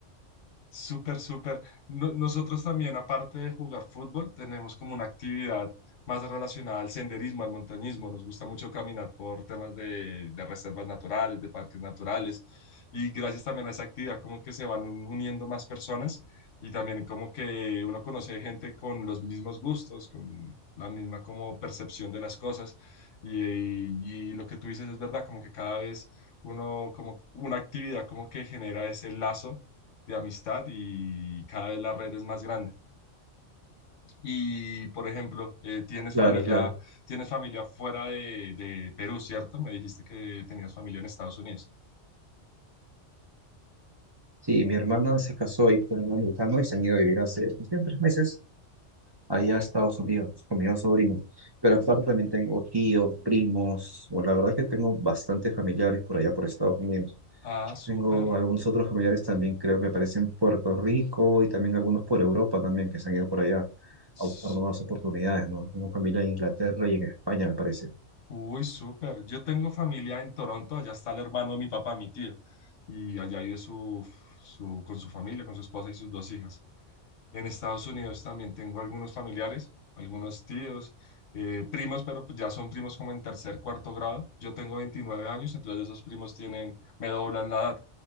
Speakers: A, on the left; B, on the right.
A: Súper, súper. No- nosotros también, aparte de jugar fútbol, tenemos como una actividad más relacionada al senderismo, al montañismo. Nos gusta mucho caminar por temas de, de reservas naturales, de parques naturales. Y gracias también a esa actividad, como que se van un- uniendo más personas y también como que uno conoce gente con los mismos gustos, con la misma como percepción de las cosas. y y lo que tú dices es verdad, como que cada vez uno, como una actividad como que genera ese lazo de amistad y cada vez la red es más grande. Y, por ejemplo, eh, tienes
B: Claro,
A: familia,
B: claro.
A: tienes familia fuera de, de Perú, ¿cierto? Me dijiste que tenías familia en Estados Unidos.
B: Sí, mi hermana se casó ahí con un americano y se han ido a vivir hace recién tres meses allá a Estados Unidos con mis dos sobrinos. Pero aparte también tengo tíos, primos, o la verdad que tengo bastantes familiares por allá por Estados Unidos.
A: Ah, súper.
B: Tengo algunos otros familiares también, creo que aparecen en Puerto Rico y también algunos por Europa también que se han ido por allá
A: S-
B: a buscar nuevas oportunidades, ¿no? Tengo familia en Inglaterra y en España, me parece.
A: Uy, súper. Yo tengo familia en Toronto, allá está el hermano de mi papá, mi tío, y allá vive su, su, con su familia, con su esposa y sus dos hijas. En Estados Unidos también tengo algunos familiares, algunos tíos, eh, primos, pero pues ya son primos como en tercer, cuarto grado. Yo tengo 29 años, entonces esos primos tienen, me doblan la edad.